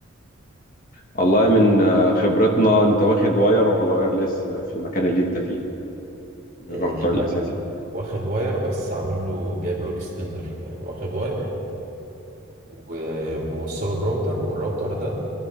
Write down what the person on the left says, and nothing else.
والله من آه، خبرتنا انت واخد واير ولا وايرلس في المكان اللي انت فيه
الراوتر
الأساسي